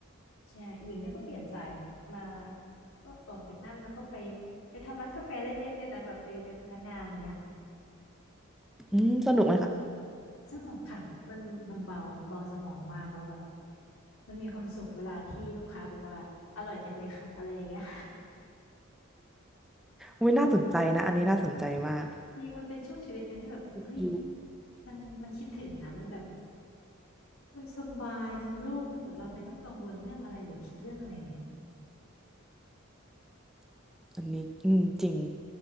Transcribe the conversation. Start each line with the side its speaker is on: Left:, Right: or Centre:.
Left: ใช่หญิงเนี่ยก็เปลี่ยนสายมาก็ออกจากนั่นแล้วก็ไปไปทำร้านกาแฟเล่นๆด้วยนะแบบไปเป็นพนักงานอย่างเงี้ย
Centre: อืมสนุกไหมคะ
Left: สนุกค่ะมันมันเบาเบาสมองมากแล้วแบบมันมีความสุขเวลาที่ลูกค้าบอกว่าอร่อยจังเลยค่ะอะไรอย่างเงี้ย
Centre: อุ้ยน่าสนใจนะอันนี้น่าสนใจมาก
Left: จริงมันเป็นช่วงชีวิตหนึ่งที่แบบเอ้ย
Centre: อืม
Left: มันมันคิดถึงนะมันแบบมันสบายมันโล่งไปหมดเราไม่ต้องกังวลเรื่องอะไรเลยคิดเรื่องอะไรเลย
Centre: อันนี้อืมจริง